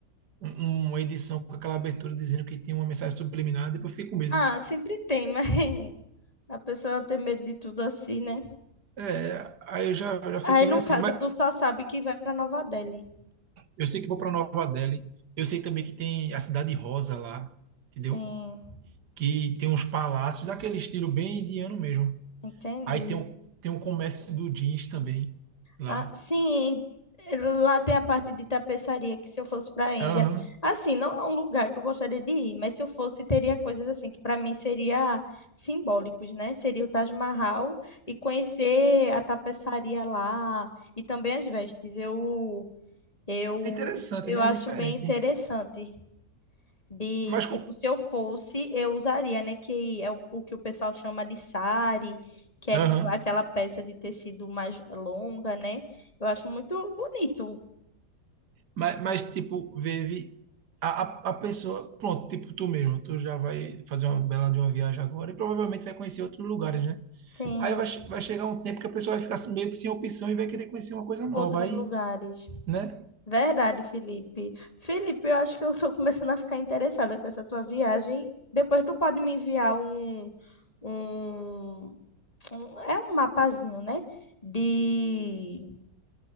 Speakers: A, on the right (about 65°); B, on the left (about 20°).
A: um- uma edição com aquela abertura dizendo que tinha uma mensagem subliminar, depois eu fiquei com medo.
B: Ah, sempre tem, mas <laughs> a pessoa tem medo de tudo assim, né?
A: É, aí eu já, eu já fiquei
B: Aí, no
A: meio assim.
B: caso,
A: Mas
B: tu só sabe que vai pra Nova Delhi.
A: eu sei que vou para Nova Delhi. Eu sei também que tem a Cidade Rosa lá, entendeu?
B: Sim,
A: Que tem uns palácios, aquele estilo bem indiano mesmo.
B: entendi.
A: Aí tem o, tem o comércio do jeans também lá.
B: Ah, sim, eh, lá tem a parte de tapeçaria que se eu fosse para a Índia,
A: Aham.
B: assim, não é um lugar que eu gostaria de ir, mas se eu fosse, teria coisas assim que para mim seria simbólicos, né? Seria o Taj Mahal e conhecer a tapeçaria lá e também as vestes. Eu eu
A: É interessante,
B: eu
A: né?
B: acho
A: É diferente.
B: bem interessante. De,
A: Mas com.
B: tipo, se eu fosse, eu usaria, né? Que é o, o que o pessoal chama de sari, que é
A: Aham.
B: com aquela peça de tecido mais longa, né? Eu acho muito bonito.
A: Mas, mas, tipo, vive a, a, a pessoa. Pronto, tipo, tu mesmo. Tu já vai fazer uma bela de uma viagem agora e provavelmente vai conhecer outros lugares, né?
B: Sim,
A: Aí vai, che- vai chegar um tempo que a pessoa vai ficar meio que sem opção e vai querer conhecer uma coisa nova.
B: outros
A: Aí,
B: lugares.
A: né?
B: Verdade, Felipe. Felipe, eu acho que eu estou <laughs> começando a ficar interessada com essa tua viagem. Depois tu pode me enviar um, um, um- é um mapazinho, né? De,